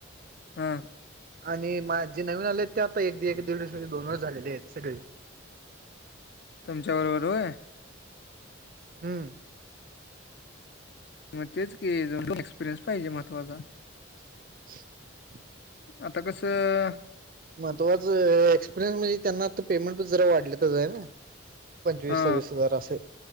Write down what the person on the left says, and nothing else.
हम्म.
तुमच्या बरोबर आहे.
मग तेच की एक्सपिरियन्स पाहिजे महत्वाचा.
आता कसं.
हा